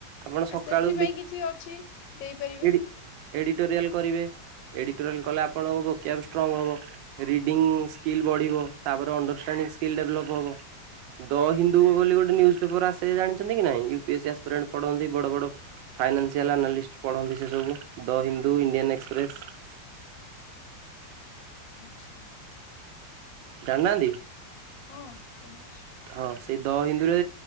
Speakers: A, on the right (about 85°); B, on the left (about 80°).
A: ଆପଣ ସକାଳୁ
B: ଆଉ ସେଥିପାଇଁ କିଛି ଅଛି ଦେଇ ପାରିବେ?
A: ଦେଖି ଏଡିଟୋରିଆଲ କରିବେ ଏଡିଟୋରିଆଲ କଲେ ଆପଣଙ୍କ ଭୋକିଆବ୍ ଷ୍ଟ୍ରଙ୍ଗ ହବ। ରିଡ଼ିଙ୍ଗ ସ୍କିଲ୍ ବଢ଼ିବ। ତାପରେ ଅଣ୍ଡରଷ୍ଟାଣ୍ଡିଙ୍ଗ ସ୍କିଲ୍ ଡେଭଲପ୍ ହେବ। ଦ ହିନ୍ଦୁ ବୋଲି ଗୋଟେ ନିଉଜ୍ ପେପର ଆସେ ଜାଣିଛନ୍ତି କି ନାଇଁ? U- P- S - C aspirant ପଢ଼ନ୍ତି ବଡ଼ବଡ଼ ଫାଇନାନ୍ସିଆଲ୍ ଆନାଲିଷ୍ଟ ପଢ଼ନ୍ତି ସେ ସବୁ ଦ ହିନ୍ଦୁ ଇଣ୍ଡିଆନ୍ ଏକ୍ସପ୍ରେସ
B: ଆଚ୍ଛା।
A: ଜାଣିନାହାନ୍ତି।
B: ହଁ ଶୁଣିଛି।
A: ହଁ ସେଇ ଦ ହିନ୍ଦୁରେ